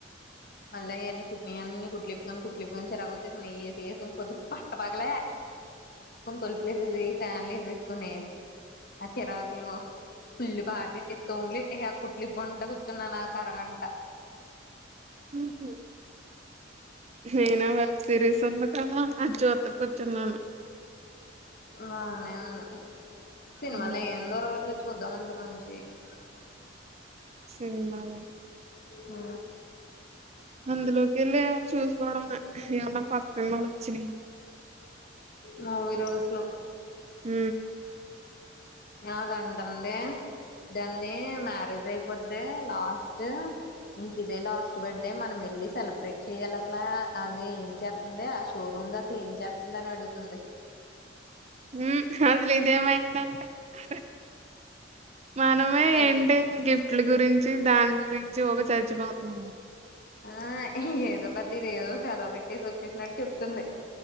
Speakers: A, on the left; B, on the right.
A: మళ్ళ అవి కుట్న అన్న నీ కుట్లులిిప్పుకొని కుట్లిప్పుకొని చిరగగా వచ్చేసి నేసిేసుకని కొద్ది పట్టపక్కలే తలుపులు తొలుపులుసి ఫ్యామిలీ ఆ చిరాకులు ఫుల్లి పాటలు పెట్టే సౌండ్లు పెట్టే ఆ కుట్లు ఇంట కూర్చున్నానుకు అరగంట
B: హహ నేనా వెబ్ సిరీస్ ఉంది కదా అ జుత కూర్చున్నాను
A: అన్న సినిమలో
B: హ్మ్.
A: ఆమె లైవ్ <unintelligible>
B: సినిమాద
A: ఆ
B: అందులోకి వెళ్ళి చూసుకోవడం ఏమన్నా కొత్త సినిమా వచ్చినాయి
A: మూవీ రూల్స్
B: హ
A: ఆ కంటంటే <unintelligible> మ్యారేజ్ అయిపోద్ది లాస్ట్ ఇంక ఇదేలా లాస్ట్ బర్త్డే మనం వెళ్ళి సెలబ్రేట్ చెయ్యాలి అసలా అది ఏం చేస్తుంది ఆ షోరూమ్ ఉంది అసలు ఏం చేస్తుందని అడుగుతుంది
B: <unintelligible> మనమే
A: ఆ
B: ఏంటి గిఫ్ట్ల గురించి దాని గురించి ఒక చచ్చిపోతున్నాము
A: ఆ ఏదో పేద ఇది ఏదో సెలవు పెట్టేసి వచ్చేసినట్టు చెప్తుంది